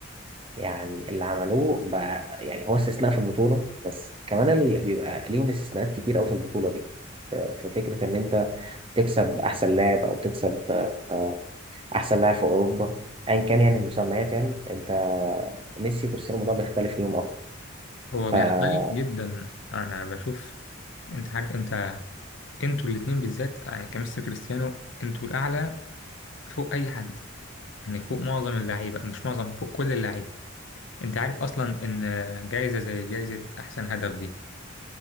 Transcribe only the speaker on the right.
يعني اللي عملوه بقى يعني هو استثناء في البطوله بس كمان اللي بيبقى ليهم استثناءات كتير قوي في البطوله دي آه، في فكره ان انت تكسب احسن لاعب او تكسب آه، احسن لاعب في اوروبا ايا كان يعني المسميات يعني انت ميسي وكريستيانو الموضوع بيختلف ليهم اكتر
فانا